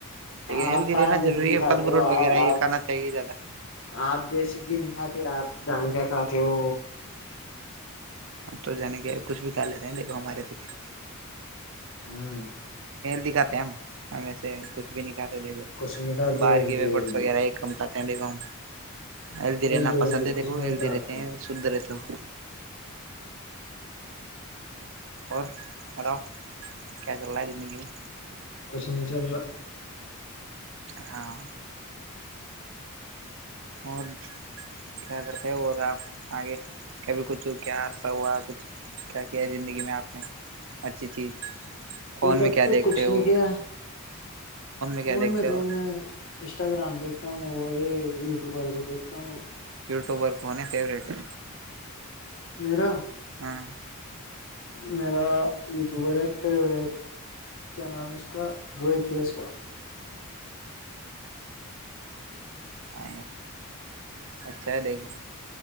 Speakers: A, on the right; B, on the left.
A: لیکن
B: آپ
A: ہیلدی
B: پار
A: رہنا
B: م
A: ضروری
B: گی
A: ہے
B: کھاتے
A: پھل فروٹ
B: ہو
A: وغیرہ
B: آ
A: یہ
B: آپ
A: کھانا چاہیے زیادہ
B: آپ جیس گی نہیں کھاتے آپ جان کیا کتے وہ
A: تو جان گ کچھ بھی کھا لیتے ہیں دیکھو ہمارے تو کیا
B: ہوں
A: دکھاتے ہیں ہمیں سے کچھ بھی نہیں کیا دیکھو
B: کچھ نکالتے
A: باہر
B: ہیلدی
A: کے
B: ہیلدی
A: و فس وغیرہ کم کرتے تنڈی گم اللد رہے
B: ہیلدی
A: ن
B: ہیلدی
A: پسند ہے
B: کچھ
A: دےھو
B: نہیں ہوتا
A: یہلد
B: آپ
A: رہتے
B: کے
A: ہیں سندر و اور بتاؤ کیا چل رہا ہے زندگی میں
B: کچھ نہیں چل رہا
A: ہاں اور کیا کرتے ہیں اور آپ آگے کبھی کچھ کیا حصہ ہوا کچھ کیا کیا ہے زندگی میں آپ نے اچھی چیز فون
B: اب تک
A: میں کیا
B: تو
A: دیکھتے
B: کچھ
A: ہو
B: نہیں کیا
A: کیا
B: فون
A: دیکھتے
B: میں تو
A: ہو
B: میں انسٹاگرام دیکھتا ہ تا ہوں اور یہ یوٹیوبر کو دیکھتا ہوں
A: یوٹیوبر کو ہونے فیوریٹ ہے
B: میرا
A: ہاں
B: میرا تو برے فیوریٹ کیا نام ہے اس کا روہت دیسوال
A: ہ اچھا ہے دیکھو